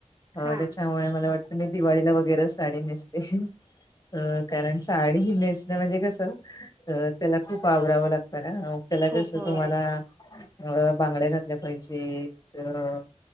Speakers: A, on the left; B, on the right.
A: अ
B: हा
A: त्याच्यामुळे मला वाटतं मी दिवाळीला वगैरे साडी नेसते अ कारण साडी ही नेसणं म्हणजे कसं अ त्याला खूप आवरावं लागतं ना. त्याला
B: खूप
A: कसं
B: होय
A: तुम्हाला अ बांगड्या घातल्या पाहिजेत अ